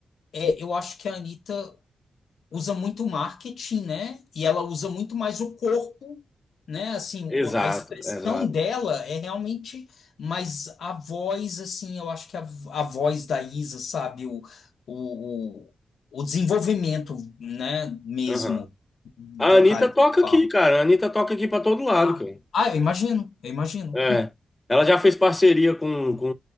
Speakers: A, on the left; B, on the left.
A: é, eu acho que a Anitta usa muito marketing, né? E ela usa muito mais o corpo, né? Assim,
B: Exato,
A: o- a expressão
B: exato.
A: dela é realmente, mas a voz, assim, eu acho que a, a voz da Isa, sabe? O, o, o, o desenvolvimento, né? Mesmo
B: Aham. A
A: vocálico.
B: Anitta toca
A: Tá?
B: aqui, cara. A Anitta toca aqui pra todo lado,
A: Ah,
B: cara.
A: ah, eu imagino, eu imagino.
B: É. Ela já fez parceria com, com